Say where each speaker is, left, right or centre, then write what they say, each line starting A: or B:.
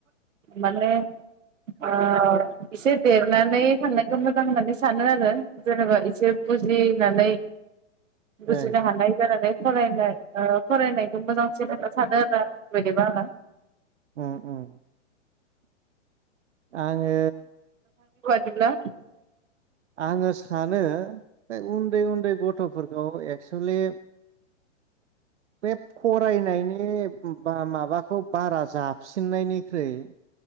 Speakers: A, on the right; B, on the right.
A: माने ओ एसे देरनानै थांनायखौ मोजां मोनो सानो आरो जेनेबा एसे बुजिनानै बुजिनो
B: ए
A: हानाय जानानै फरायनाय ओ फरायनाय मोजांसिन होनना सानो आरोना बेदिबा आङो
B: उम उम आङो
A: दिब्ला
B: आङो सानो बे उन्दै उन्दै गथ'फोरखौ एक्सुलि बे फरायनायनि बा माबाखौ बारा जाबसिननायनिख्रुइ